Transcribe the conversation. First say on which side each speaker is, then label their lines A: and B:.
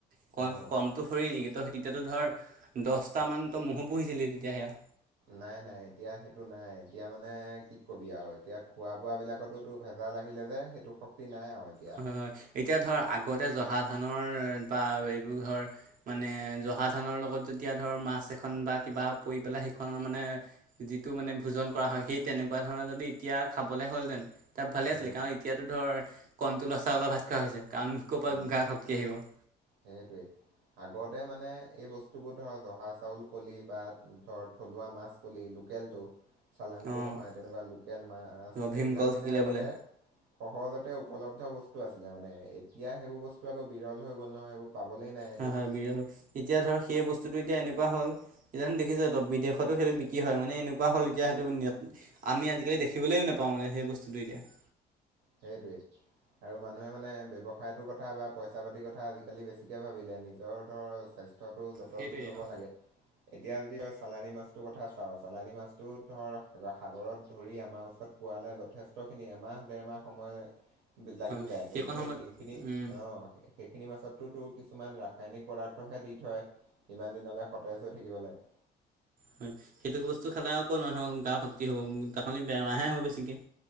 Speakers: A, on the right; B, on the right.
A: অকণ
B: অঁ।
A: কমটো সৰি নেকি তো তেতিয়াতো ধৰ দহটামানতো মহো পুহিছিলি তেতিয়া সেয়া
B: নাই নাই এতিয়া সেইটো নাই এতিয়া মানে কি কবি আৰু এতিয়া খোৱা বোৱা বিলাকতো। টো ভেজাল আহিলে যে সেইটো শক্তি নাই আৰু এতিয়া
A: হয় হয় এতিয়া ধৰ আগতে জহা ধানৰ বা এইবোৰ ধৰ মানে জহা ধানৰ লগত যেতিয়া ধৰ মাছ এখন বা কিবা পৰি পেলাই সেইখনৰ মানে যিটো মানে ভোজন কৰা হয় সেই তেনেকুৱা ধৰণৰ যদি এতিয়া খাবলে হ'লহেতেন তাত ভালে
B: উম
A: আছিলে কাৰণ এতিয়াতো ধৰ কণ্ট্ৰলৰ চাউলৰ ভাত খোৱা হৈছে কাৰণ ক'ৰ
B: উম
A: পৰা গাৰ শক্তি আহিব। <inaudible>
B: সেইটোৱেই। <inaudible> আগতে মানে এই বস্তুবোৰ ধৰ জহা চাউল কলি বা ধৰ থলুৱা মাছ <inaudible> কলি লোকেলটো চালানিটো
A: অঁ
B: নহয় তেনেকুৱা লোকেল মাছ সেইবিলাক
A: ভীমকল
B: মানে
A: থাকিলে
B: আগতে
A: বোলে
B: <inaudible> সহজতে উপলব্ধ বস্তু আছিলে মানে। এতিয়া সেইবোৰ বস্তু আকৌ বিৰল হৈ গল নহয় এইবোৰ। <inaudible> পাবলেই নাই। <inaudible>
A: হয়-হয় <unintelligible> এতিয়া ধৰ সেই বস্তুটো এতিয়া এনেকুৱা হ'ল <inaudible> এতিয়া দেখিছ ত‌ই বিদেশতো সেইটো বিক্ৰী হয় মানে এনেকুৱা হ'ল এতিয়া সেইটো <inaudible> আমি আজিকালি দেখিবলৈও নাপাওঁ মানে সেই বস্তুটো এতিয়া। <inaudible>
B: সেইটোৱেই আৰু মানুহে মানে ব্যৱসায়টোৰ কথা বা <inaudible> পইচা পাতিৰ কথা আজিকালি বেছিকৈ ভাবিলে। নিজৰ ধৰ স্বাস্থ্যটো যতন
A: সেইটোৱে আৰু
B: ল'ব লাগে <inaudible> এতিয়া যদি ত‌ই চালানী মাছটোৰ কথা চাওঁ চালানী মাছটো ধৰ সাগৰত <inaudible> ধৰি আমাৰ ওচৰত পোৱালে যথেষ্টখিনি। এমাহ, দেৰমাহ সময় <inaudible> লাগি
A: হয়
B: যায়।
A: সেইকণ
B: গতিকে
A: সময়ত
B: সেইখিনি
A: উম
B: অঁ <inaudible> সেইখিনি মাছত তোৰ কিছুমান ৰাসায়নিক পদাৰ্থহে দি থয়। <unintelligible> ইমান দিনলৈ সতেজ হৈ থাকিবলৈ। <inaudible>
A: হয় <inaudible> সেইটো বস্তু খালে আকৌ ক'ত মানুহৰ গাৰ শক্তি হ'ব তাৰ সলনি বেমাৰহে হ'ব বেছিকে।